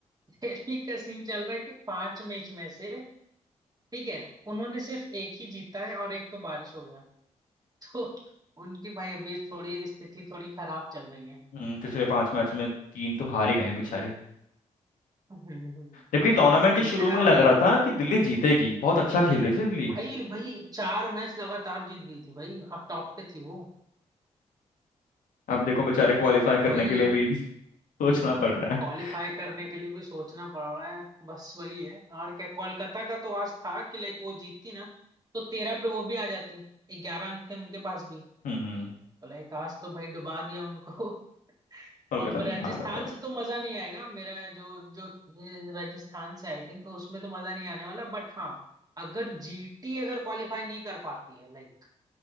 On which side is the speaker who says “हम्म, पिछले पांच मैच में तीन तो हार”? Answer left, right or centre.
Left